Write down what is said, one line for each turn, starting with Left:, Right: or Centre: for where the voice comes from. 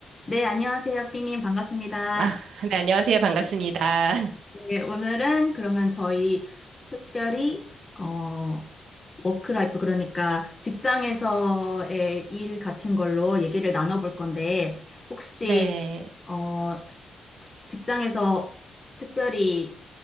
Left: 네, 안녕하세요, 삐님. 반갑습니다.
Right: 아, 네, 안녕하세요. 반갑습니다. <laughs>
Left: 네, 오늘은 그러면 저희 특별히, 어, 워크라이프, 그러니까 직장에서의 일 같은 걸로 얘기를 나눠볼 건데, 혹시,
Right: 네,
Left: 어, 직장에서 특별히